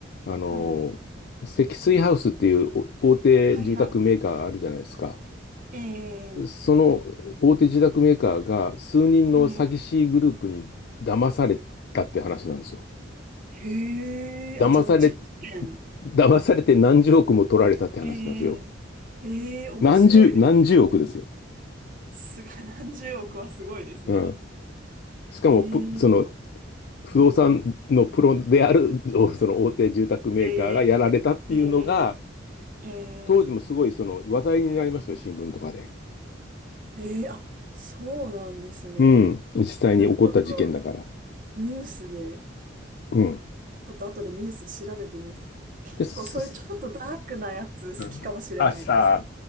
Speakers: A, on the left; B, on the right.
A: あの、
B: はい。
A: 積水ハウスっていうお大手住宅メーカーあるじゃないですか。
B: はい、はい。ええ、
A: その大手住宅メーカーが数人の詐欺師グループに騙されたって話なんですよ。
B: ええ、へえ、
A: 騙され、
B: あ、じゃあ、じ、事件。
A: 騙されて何十億も取られたって話なんですよ。
B: ええ、ええ、面白いで
A: 何十、何十億ですよ。
B: す。すが、<laughs> 何十億はすごいですね。
A: うん。しかもプ、
B: ええ、
A: ぷその、不動産のプロである、<laughs> おその大手住宅メーカーがやられたっていうのが、
B: ええ、ええ、ええ、
A: 当時もすごいその話題になりましたよ、新聞とかで。
B: ええ、あ、そうなんですね。
A: うん。実際に起こった事件だから。
B: なんかちょっとニュースで、
A: うん。
B: ちょっと後でニュース調べてみます。
A: で、
B: 結構そういうちょっとダークなやつ好きかもしれないです。
A: すすうんあ、さあ、